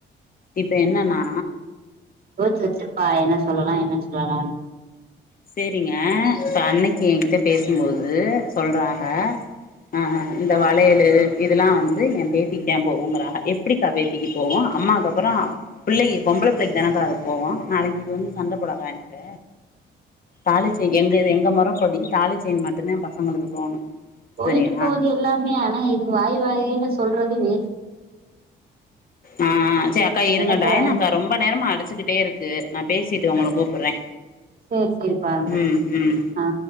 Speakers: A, on the left (about 45°); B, on the right (about 50°).
A: இப்ப என்னன்னா
B: யோச்சி வச்சிருப்பா என்ன சொல்லலா என்ன சொல்லலானு
A: சேரிங்க இப்ப அன்னைக்கு என்கிட்ட பேசும்போது சொல்றாக ஆ இந்த வளையலு இதெல்லா வந்து ஏ பேத்திகிதே போகுங்கிறா எப்டி கா பேத்திக்கு போவு அம்மாக்கு அப்புறோ பிள்ளைக்கி பொம்பள பிள்ளைக்கு தானக்கா அது போவு நாளைக்கு இது வந்து சண்டப்போடாத ஏன்ட தாலிச்செய்ன் எங்க எங்க முறப்படி தாலிச்செய்ன் மட்டுந்தா பசங்களுக்கு போணு
B: போய்ட்டு
A: சரியா
B: போது எல்லாமே ஆனா இப்ப வாய் வகையில சொல்றது வேஸ்ட்
A: ஆ ஆ சே அக்கா இருங்க
B: என்னத்த
A: டாயனக்கா ரொம்ப நேரமா அடிச்சுக்கிட்டேருக்கு நா பேசிட்டு உங்களுக்கு கூப்புட்றே
B: சேரி சேரி பாருங்க
A: ம் ம்
B: ஆ